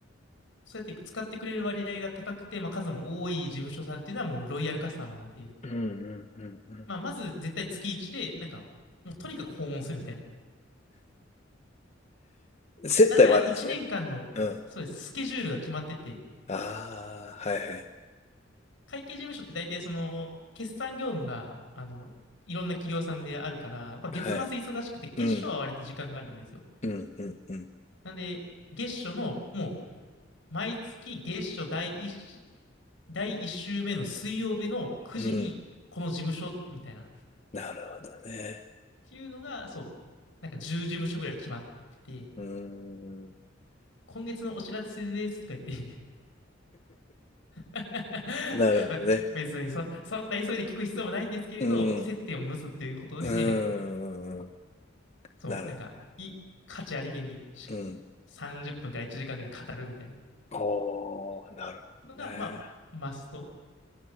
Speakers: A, on the left; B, on the left.
A: そうやって使ってくれる割合が高くて、まあ数も多い事務所さんっていうのはもうロイヤルカスタマーなんで、
B: と。うん、うん、うん、う
A: まあまず絶対月1で、なんかもうとにかく訪問するみたいな。
B: ん。接待もあるんですね。
A: なんなら1年間の、
B: うん。
A: そうです、スケジュールが決まってて、
B: ああ、はい、
A: 会計事務所って大体その、決算業務が、あの、いろんな企業さんであるから、やっぱ月末忙しくて、
B: はい、はい。
A: 月初は割と時間があるんですよ。
B: うん、うん、うん、うん、
A: なんで、月初の、もう、毎月月初第一し、第一週目の水曜日の9時に、
B: うん。
A: この事務所、みたいな。っ
B: なるほどね。
A: ていうのが、そう、なんか10事務所ぐらい決まってて、
B: うーん、
A: 今月のお知らせですとか言って <laughs>
B: なるほどね。
A: まあ別にそ、そんな急いで聞く必要もないんですけれど、
B: うん、
A: 接点を結ぶっていうことで、
B: うーん、
A: そう、
B: なるほ
A: なんか、い、価値ありげにし
B: ど。うん。
A: 30分から1時間ぐらい語るみたいな
B: おー、なるほどね。
A: のが、まあ、マスト。